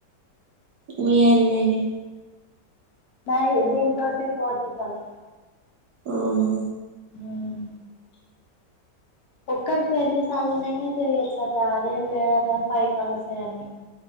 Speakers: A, on the right; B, on the left.
A: మీ <unintelligible>
B: నై దీన్ తోటి ఫోర్త్ కాల్
A: అవున్న
B: <unintelligible> ఒక్కరికి ఎన్నిసార్లునైనా చెయొచ్చ అట అదేం లేదట ఫైవ్ కాల్స ఏ అని